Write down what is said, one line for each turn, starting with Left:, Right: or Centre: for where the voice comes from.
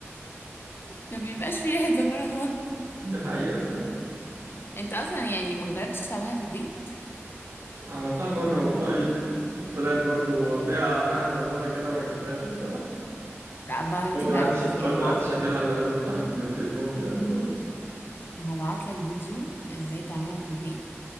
Left: <laughs> ما بيبقاش في ريحة زفارة
Right: دي حقيقة الصراحة
Left: انت اصلا يعني ما جربتش تعملها في البيت
Right: عملتها مرة والله وطلعت برضو فيها ريحة زفارة كده ما اكلتهاش الصراحة
Left: لا بقى هنتفق
Right: قلت ما
Left: على
Right: عدتش
Left: اتفاق
Right: قلت
Left: هبعت
Right: ما عدتش اكلها الا غير من رحب من ايد مامتي يعني خلاص
Left: هبعت لك فيديو ازاي تعملها في البيت